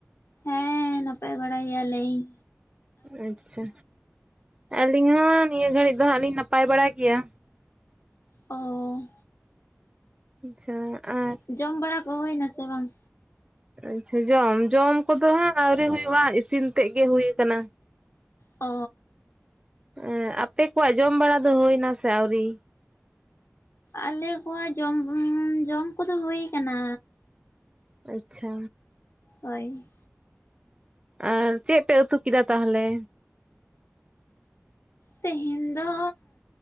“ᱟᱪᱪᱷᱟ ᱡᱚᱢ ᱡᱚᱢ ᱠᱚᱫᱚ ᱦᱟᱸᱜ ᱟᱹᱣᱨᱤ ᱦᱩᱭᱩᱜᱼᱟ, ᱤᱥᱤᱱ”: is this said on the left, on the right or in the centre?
Right